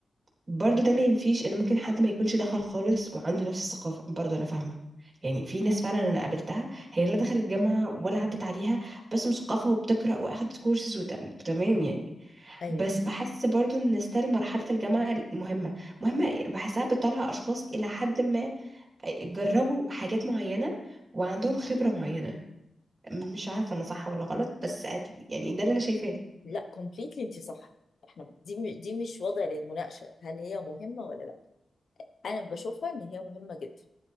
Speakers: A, on the right; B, on the left.
A: برضو ده ما ينفيش ان ممكن حد ما يكونش دخل خالص وعنده نفس الثقافه برضو انا فاهمه يعني
B: م،
A: في ناس فعلا انا قابلتها هي لا دخلت جامعه ولا عدت عليها بس مثقفه وبتقرا واخدت كورسز وت- وتمام يعني
B: ايوه
A: بس بحس برضو ان ستيل مرحله الجامعه مهمه مهمه إيه؟ بحسها بتطلع اشخاص الى حد ما آه، جربوا حاجات معينه وعندهم خبره معينه مش عارفه انا صح ولا غلط بس أت- يعني ده اللي انا شايفاه انت
B: لا كومبليتلي انت صح احنا دي م- دي مش وضع للمناقشه هل هي مهمه ولا لا انا بشوفها ان هي مهمه جدا